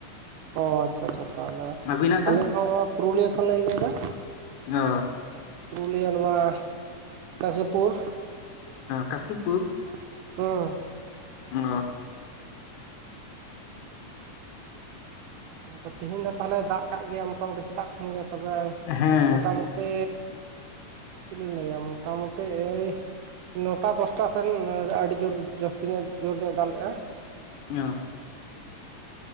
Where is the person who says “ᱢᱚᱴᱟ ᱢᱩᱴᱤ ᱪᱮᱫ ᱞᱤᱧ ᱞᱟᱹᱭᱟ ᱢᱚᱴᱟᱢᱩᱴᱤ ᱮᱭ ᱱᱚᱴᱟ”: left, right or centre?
Right